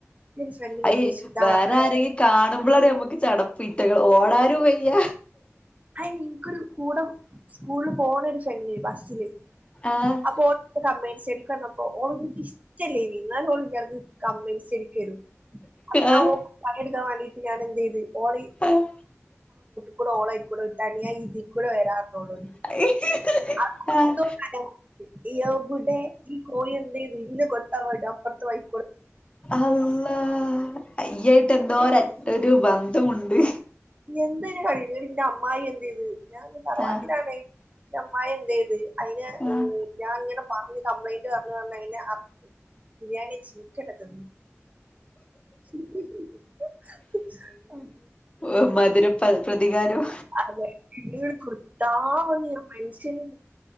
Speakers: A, on the right; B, on the left.
A: ഫ്രണ്ടിനേനി
B: അയ
A: നിഷിത
B: വേറെ
A: പറഞ്ഞാണ്ട്
B: ആാരക്ക കാണുമ്പോളാാണ് നമ്മുക്ക് ചടപ് ഓടാരും വയ്യ
A: അയി നിനക്കൊരു കൂടെ സ്കൂളില് പോണ ഒരു ഫ്രണ്ടില് ബസ്സില്
B: ആഹ്
A: അപ്പൊ ഓടെ കമ്മെന്റ്സ് സ്റ്റാഡി എടുക്കഞ്ഞപ്പോ ഓൾക്ക് എനിക്ക് ഇഷ്ടല്ല ഇനി എന്നാലും ഓല്ലർക്ക് കമ്മന്റ്സ് സ്റ്റഡി ക്ക് വരും അപ്പ ഞൻ
B: ആഹ്
A: ഓൾക്ക് പണികൊടുക്കാൻ വേണ്ടിട്ട് ഞാൻ എന്ത് ചെയ്ത് ഓള
B: ആഹ്
A: കൂടെഓളക്കൂ തനിയാ ഇതികുടി വരാറോടി
B: <unintelligible>
A: ആഹ
B: ആഹ്
A: <inaudible> എബടെ ഈ കോയി എന്തതു ഇെ കൊത്താവാട്ട അപ്പുറത്ത വൈക്കോ
B: അള്ളാഹ് ഇയ്യായിട്ടെന്തോരറ്റ് ഒര് ബന്ധമുണ്ട്
A: എന്തര് പറയുന്നേ ന്റമ്മായെന്തെയ്ത് ഞാൻ ന്ന് തറവാട്ടിലാണേ
B: ആഹ്
A: ൻ്റമ്മായെന്തെയ്ത് അയിനെ
B: ആഹ്
A: ഞാൻങ്ങനെ പറ്ഞ്ഞ് കംപ്ലെയിന്റ് പറ്ഞ്ഞ് പറ്ഞ്ഞ് അയ്നെ അർത്ത് ബിര്യാണ്യെച്ച് ഇന്ക്കെഞ്ഞെ തെന്ന് <unintelligible>
B: ഓം മധുര പ പ്രതികാരം
A: അതെല്ലെ എൾ <unintelligible> കുത്താൻ വന്ന് ഞാ മന്ഷ്യന്